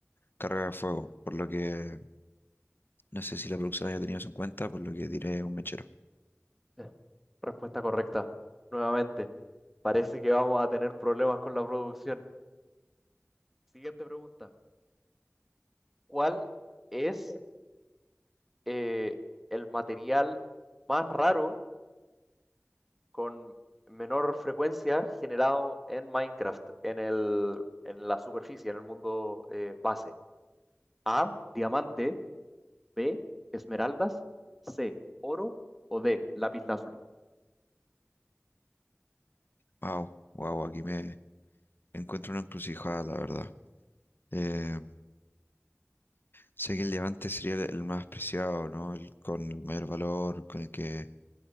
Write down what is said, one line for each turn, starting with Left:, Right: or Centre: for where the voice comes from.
Left: carga de fuego, por lo que no sé si la producción haya tenido eso en cuenta, por lo que diré un mechero.
Centre: Eh, Respuesta correcta. Nuevamente. Parece que vamos a tener problemas con la producción. Siguiente pregunta. ¿Cuál es eh, el material más raro con menor frecuencia generado en Minecraft, en el, en la superficie, en el mundo eh, base. A, diamante, B, esmeraldas, C, oro o D, lapislázuli.
Left: Wow, wow, aquí me encuentro una encrucijada, la verdad. Eh, sé que el diamante sería el, el más preciado, ¿no? El, con el mayor valor, con el que